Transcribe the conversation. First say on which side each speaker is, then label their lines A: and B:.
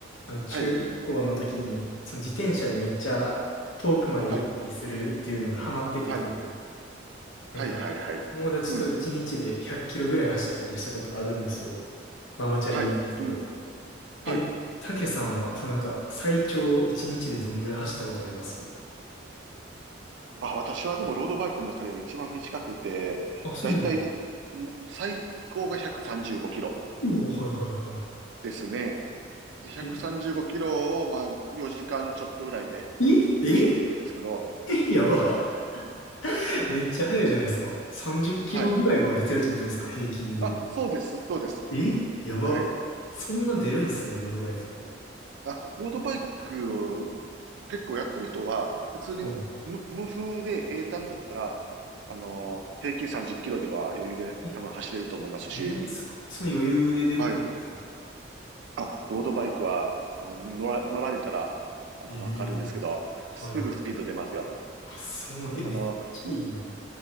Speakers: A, on the left (about 85°); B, on the right (about 65°).
A: あの中学校の時に、
B: はい、
A: その自転車でめっちゃ遠くまで行ったりするっていうのがハマってて、
B: はい、はい、
A: 当時なんか、
B: はい、はい、はい。
A: 友達と一日で100キロぐらい走ったりしたことあるんですよ。
B: うん、
A: ママチャリですけど。
B: はい、うん、
A: え、
B: はい。
A: たけさんは、そのなんか、最長一日でどんぐらい走ったことあります
B: あ、私はでもロードバイクの中では一番短くて、
A: あ、そうなの
B: だいたいん最高が135キロ
A: おお、はいはいはいは
B: ですね。で、135キロを、
A: い。
B: まあ、4時間ちょっとぐらいで
A: え、え、
B: 走っていくんですけど、
A: え、<laughs> やば。<laughs> めっちゃ速いじゃないですか。30キロぐらいは出てるってことですか、
B: はい。
A: 平均で。
B: あ、そうです、そうです。
A: え、やば。
B: はい。
A: そんな出るんすね、ロードバイクって。
B: あ、ロードバイクを結構やってる人は、普通に無、
A: は
B: 無風で平坦だったら、あのー平均30キロでは余裕で多分走れると思いますし、
A: い。え、マジっすか。その余裕で出るもんですか。
B: はい。あ、ロードバイクは、あの乗ら、乗られたら、あの、
A: ええ
B: わかるんですけど、
A: はいはい。
B: すぐスピード出ますよ。
A: あ、そう、え、
B: あの、
A: めっちゃいいな。
B: ん